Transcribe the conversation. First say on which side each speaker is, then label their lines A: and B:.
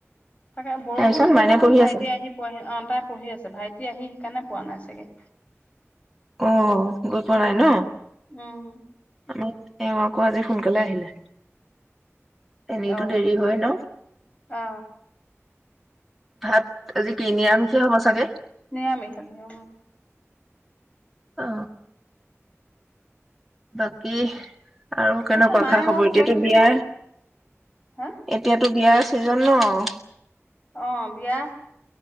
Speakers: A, on the left; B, in the centre.
A: তাকে বৰষুণ
B: তাৰপিছত
A: বৰ
B: মাইনে
A: কাৰণে
B: পঢ়ি
A: ভাইটি
B: আছে
A: আহি পঢি অ তাই পঢ়ি আছে ভাইটি আহি শ সেইকাৰণে পোৱা নাই চাগে
B: অ' গই পোৱা নাই ন!
A: উম
B: অ' এওঁ আকৌ আজি সোনকালে আহিলে এনেইতো
A: অ
B: দেৰি হয়, ন?
A: অ
B: ভাত আজি কেইনিৰামিষে হ'ব চাগে
A: নিয়মি খ দিয়
B: অ বাকী আৰু কেনেকুৱা,
A: তাকে মায়ে
B: খা খবৰ
A: অকল কিবা
B: এতিয়াতো
A: কিবি
B: বিয়া,
A: হা
B: এতিয়াতো বিয়া। চিজন ন অ
A: অ বিয়া